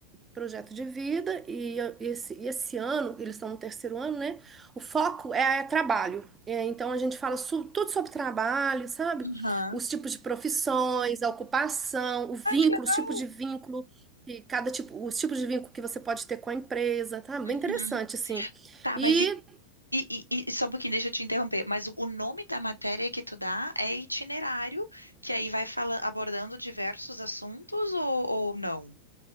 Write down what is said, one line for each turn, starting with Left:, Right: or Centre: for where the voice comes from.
Right: projeto de vida e esse, e esse ano, eles estão no terceiro ano, né? O foco é, é trabalho. É, então a gente fala su- tudo sobre trabalho, sabe?
Left: uhum.
Right: Os tipos de profissões, a ocupação, o vínculo,
Left: Ai, que legal.
Right: os tipos de vínculo, e cada tipo, os tipos de vínculo que você pode ter com a empresa, tá? Bem
Left: Uhum.
Right: interessante, assim.
Left: Tá,
Right: E
Left: mas e, e, e- e só um pouquinho, deixa eu te interromper. Mas o o nome da matéria que tu dá é itinerário, que aí vai fala, abordando diversos assuntos ou, ou não?